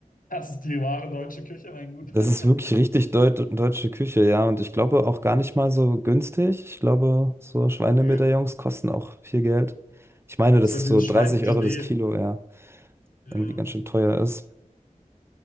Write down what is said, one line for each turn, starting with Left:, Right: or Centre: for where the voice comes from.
Left: Das ist die wahre deutsche Küche, mein Guter.
Right: Das ist wirklich richtig
Left: <laughs>
Right: deut deutsche Küche, ja. Und ich glaube auch gar nicht mal so günstig. Ich glaube, so Schweinemedaillons
Left: Ja.
Right: kosten auch viel Geld. Ich meine, das
Left: Das ist halt
Right: ist
Left: dieses
Right: so 30
Left: Schweinefilet.
Right: Euro das Kilo, ja,
Left: Ja.
Right: irgendwie ganz schön teuer ist.